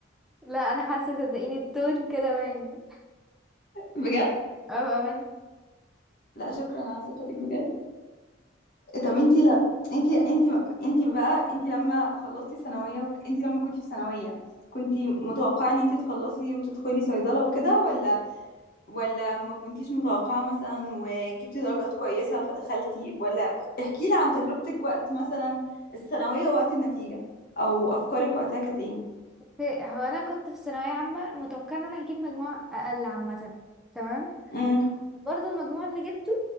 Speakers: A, in the centre; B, on the left.
A: لا انا حاسة صدقيني التون كده باين
B: بجد
A: اه بأمانة
B: لا شكرا على ثقتك بجد إيه، طب انتي لا انتي انتي انتي بقى انتي لما خلصتي ثانوية وك- انتي لما كنتي في ثانوية كنتي متوقعة ان انتي تخلصي وتدخلي صيدلة وكده ولا ولا ما كنتيش متوقعة مثلا وجبتي درجات كويسة فدخلتي ولا احكي لي عن تجربتك وقت مثلا الثانوية وقت النتيجة او افكارك وقتها كانت ايه
A: اوكي هو انا كنت في ثانوية عامة متوقعة ان انا هجيب مجموع اقل عامة تمام
B: امم
A: برضو المجموع اللي جبته